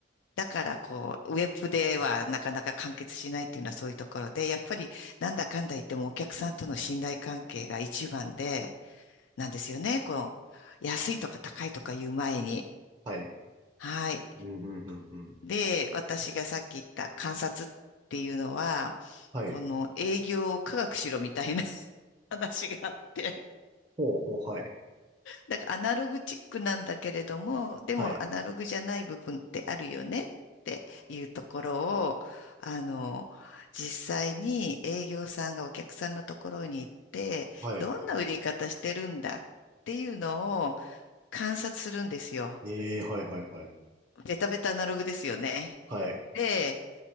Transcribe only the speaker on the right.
はい。
うん、うん、うん、うん。
はい。
ほうほう、はい。
はい。
はい。
ええ、はい、はい、はい。
はい。